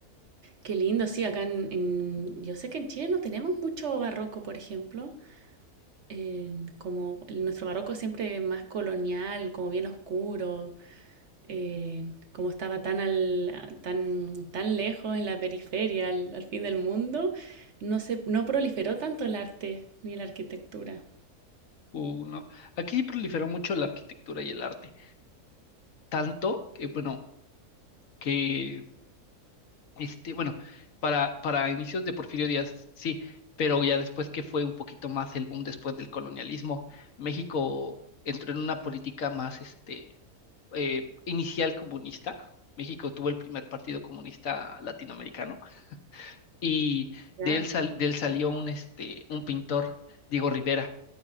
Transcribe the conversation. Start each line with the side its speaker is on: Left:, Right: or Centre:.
Right: Qué lindo, sí, acá en, en- Yo sé que en Chile no tenemos mucho barroco, por ejemplo. eh, como nuestro barroco siempre más colonial, como bien oscuro, eh, como estaba tan, al- tan, tan lejos en la periferia, al, al fin del mundo, no se, no proliferó tanto el arte ni la arquitectura.
Left: Uh, ¿no? Aquí sí proliferó mucho la arquitectura y el arte. tanto que, bueno, que, este, bueno, para, para inicios de Porfirio Díaz, sí, pero ya después que fue un poquito más el boom después del colonialismo, México entró en una política más, este, eh, inicial comunista. México tuvo el primer partido comunista latinoamericano y
Right: Ya.
Left: de él, sal- de él salió un, este, un pintor, Diego Rivera